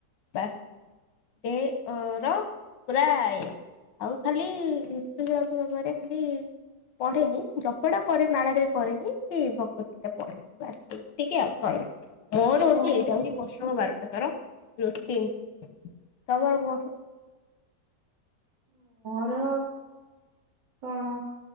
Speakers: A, on the left; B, on the right.
A: ତା ଏଓର ପୁରାଏ। ଆଉ ଖାଲି ଋତୁସ୍ରାବ ସମୟରେ ଖାଲି ପଢେନି। ଜପଟା କରେ ମାଳାରେ କରେନି କି ଭଗବତ ଗୀତା ପଢେନି ବାସେ ଏତିକି ଆଉ ସଇଲା। ମୋର ହଉଛି
B: ହଉ
A: ଏଇଟା
B: ହଉ।
A: ହଉଛି ବର୍ଷକ ବାର ମାସର ରୁଟିନ୍। ତମର କୁହ?
B: ମୋର କଣ।